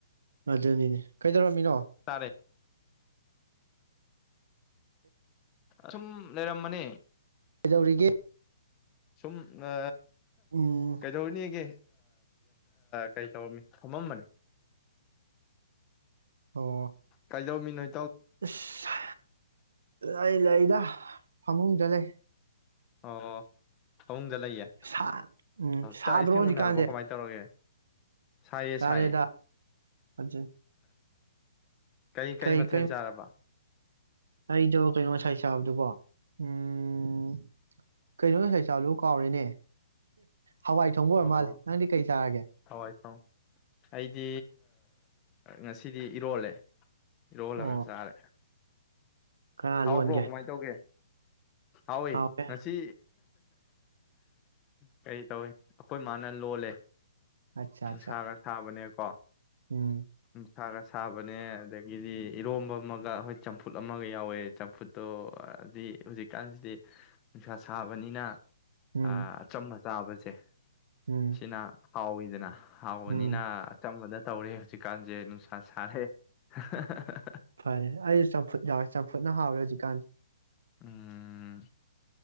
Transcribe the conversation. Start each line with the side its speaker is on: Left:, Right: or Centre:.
Right: ꯑꯗꯨꯅꯤꯅꯦ ꯀꯩꯗꯧꯔ ꯃꯤꯅꯣ
Left: ꯇꯥꯔꯦ ꯑꯁꯨꯝ ꯂꯩꯔꯝꯕꯅꯤ
Right: ꯀꯩꯗꯧꯔꯤꯒꯦ
Left: ꯁꯨꯝ ꯑ
Right: ꯎꯝ
Left: ꯀꯩꯗꯧꯔꯤꯅꯦꯒꯦ ꯀꯩ ꯇꯧꯔꯝꯃꯤ ꯊꯝꯃꯝꯕꯅꯦ
Right: ꯑꯣ
Left: ꯀꯩꯗꯧꯃꯤ ꯅꯣꯏ
Right: ꯑꯁ ꯑꯩ ꯂꯩꯗ ꯐꯃꯨꯡꯗ ꯂꯩ
Left: ꯑꯣ ꯐꯃꯨꯡꯗ ꯂꯩꯌꯦ
Right: ꯁꯥ ꯎꯝ ꯁꯥꯗ꯭ꯔꯣ
Left: ꯆꯥꯛ ꯏꯁꯤꯡ
Right: ꯍꯧꯖꯤꯛꯀꯥꯟꯁꯦ
Left: ꯎꯟꯅꯨꯔꯕꯣ ꯀꯃꯥꯏꯅ ꯇꯧꯔꯒꯦ ꯁꯌꯦ
Right: ꯆꯥꯔꯦꯗ
Left: ꯁꯥꯏꯌꯦ
Right: ꯑꯗꯨ
Left: ꯀꯔꯤ ꯀꯔꯤ
Right: ꯀꯩ
Left: ꯃꯊꯦꯜ
Right: ꯀ
Left: ꯆꯥꯔꯕ
Right: ꯑꯖꯕꯣ ꯀꯩ ꯑꯣꯁꯥꯏ ꯁ ꯆꯥꯕꯗꯨꯕꯣ ꯎꯝ ꯀꯩꯅꯣ ꯁꯩ ꯆꯥꯕꯗꯨꯣ ꯀꯥꯎꯔꯦꯅꯦ ꯍꯋꯥꯏ ꯊꯣꯡꯕ
Left: ꯑꯣ
Right: ꯑꯣꯏꯔ ꯃꯥꯜꯂꯦ ꯅꯪꯗꯤ ꯀꯩ ꯆꯥꯔꯒꯦ
Left: ꯊꯋꯥꯏ ꯊꯥꯎ ꯑꯩꯗꯤ ꯉꯁꯤꯗꯤ ꯏꯔꯣꯜꯂꯦ ꯔꯣꯜꯂꯒ
Right: ꯑꯣ
Left: ꯁꯔꯦ
Right: ꯀꯅꯥ
Left: ꯍꯥꯎꯕ꯭ꯔꯣ
Right: ꯂꯣꯟꯒꯦ
Left: ꯀꯃꯥꯏꯅ ꯇꯧꯒꯦ ꯍꯣꯏ
Right: ꯍꯥꯎꯋꯦ
Left: ꯉꯁꯤ ꯀꯔꯤ ꯇꯧꯋꯦ ꯑꯩꯈꯣꯏ ꯃꯥꯅ ꯂꯣꯜꯂꯦ
Right: ꯑꯠꯆꯥ ꯑꯠꯆꯥ
Left: ꯎ ꯁꯒ ꯁꯥꯕꯅꯦ ꯋꯥ
Right: ꯎꯝ
Left: ꯁꯥꯒ ꯁꯥꯕꯅꯦ ꯑꯗꯒꯤꯗꯤ ꯏꯔꯣꯝꯕ ꯑꯃꯒ ꯍꯣꯏ ꯆꯝꯐꯨꯠ ꯑꯃꯒ ꯌꯥꯎꯋꯦ ꯆꯝꯐꯨꯠꯇꯣ ꯍꯥꯏꯗꯤ ꯍꯧꯖꯤꯛꯀꯥꯟꯁꯤꯗꯤ ꯅꯨꯡꯁꯥ ꯁꯥꯕꯅꯤꯅ
Right: ꯎꯝ
Left: ꯑ ꯆꯃꯃꯆ ꯇꯥꯕꯁꯦ
Right: ꯎꯝ
Left: ꯁꯤꯅꯥ ꯍꯥꯎ ꯏꯗꯅ ꯍꯥꯎꯅꯤꯅ
Right: ꯎꯝ
Left: ꯑ ꯆꯝꯕꯗ ꯇꯧꯔꯤꯦ ꯍꯧꯖꯤꯀꯥꯟꯖꯦ ꯅꯨꯡꯁꯥ ꯁꯔꯦ <unintelligible>
Right: ꯐꯔꯦ ꯑꯩ ꯆꯝꯐꯨꯠ ꯌꯥꯎꯔꯦ ꯆꯝꯐꯨꯠ ꯅ ꯍꯥꯎꯔ ꯍꯧꯖꯤꯀꯥꯟ
Left: ꯎꯝ